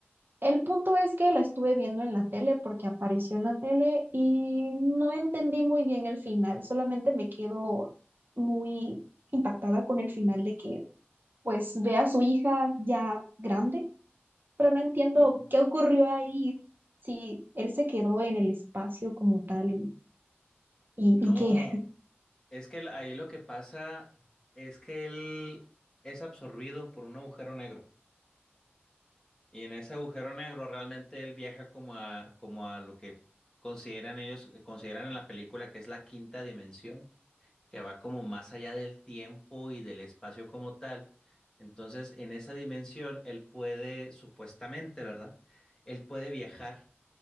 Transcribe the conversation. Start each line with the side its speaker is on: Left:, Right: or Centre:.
Right: El punto es que la estuve viendo en la tele porque apareció en la tele y no entendí muy bien el final, solamente me quedo muy impactada con el final de que pues ve a su hija ya grande, pero no entiendo
Left: ujú.
Right: qué ocurrió ahí, si él se quedó en el espacio como tal y, y,
Left: No,
Right: y que
Left: es que el- ahí lo que pasa es que él es absorbido por un agujero negro. Y en ese agujero negro realmente él viaja como a, como a lo que consideran ellos, eh, consideran en la película que es la quinta dimensión, que va como más allá del tiempo y del espacio como tal. Entonces, en esa dimensión, él puede, supuestamente, ¿verdad? Él puede viajar